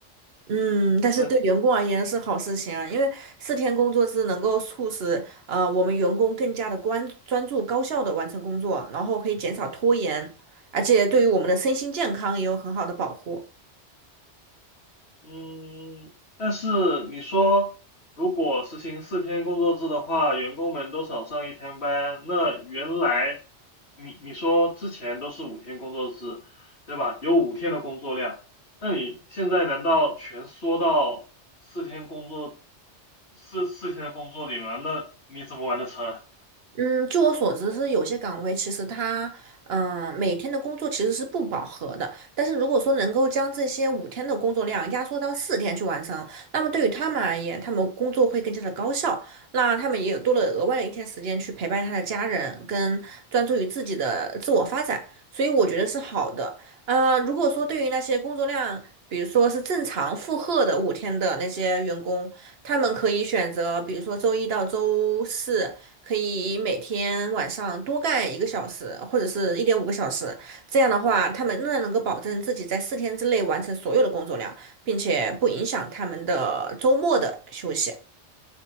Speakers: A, on the right (about 60°); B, on the left (about 65°).
A: 嗯，但是对员工而言是好事情啊，
B: 那
A: 因为四天工作制能够促使呃我们员工更加的关专注、高效的完成工作，然后可以减少拖延，而且对于我们的身心健康也有很好的保护。
B: 嗯，但是你说，如果实行四天工作制的话，员工们都少上一天班，那原来你你说之前都是五天工作制，对吧？有五天的工作量，那你现在难道全缩到四天工作，四四天的工作里吗？那你怎么完得成啊？
A: 嗯，据我所知是有些岗位其实他，嗯、每天的工作其实是不饱和的。但是如果说能够将这些五天的工作量压缩到四天去完成，那么对于他们而言，他们工作会更加的高效。那他们也有多了额外的一天时间去陪伴他的家人，跟专注于自己的自我发展。所以我觉得是好的。呃，如果说对于那些工作量，比如说是正常负荷的五天的那些员工，他们可以选择，比如说周一到周四。可以每天晚上多干一个小时，或者是一点五个小时。这样的话，他们仍然能够保证自己在四天之内完成所有的工作量，并且不影响他们的周末的休息。